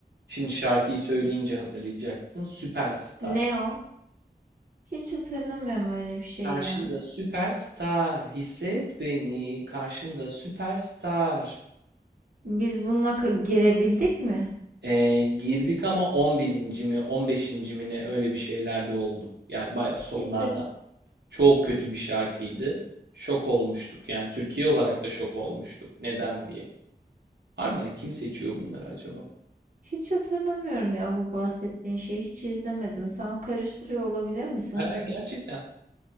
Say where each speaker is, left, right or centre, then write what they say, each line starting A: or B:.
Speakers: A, on the right (about 90°); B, on the right (about 55°).
A: şimdi şarkıyı söyleyince hatırlayacaksın, Süperstar.
B: Ne o? Hiç hatırlamıyorum öyle bir şey
A: Karşında
B: ya.
A: süperstar, hisset beni, karşında süperstar.
B: Biz bununla ka- girebildik mi?
A: E, girdik ama 11. mi, 15. mi ne öyle bir şeylerde olduk. Yani baya
B: Hiç
A: sonlarda. Çok kötü bir şarkıydı. Şok olmuştuk yani Türkiye olarak da şok olmuştuk. Neden diye. Harbiden kim seçiyor bunları acaba?
B: hiç hatırlamıyorum ya bu bahsettiğin şeyi. Hiç izlemedim. Sen karıştırıyor olabilir misin?
A: Hayır, hayır, gerçekten.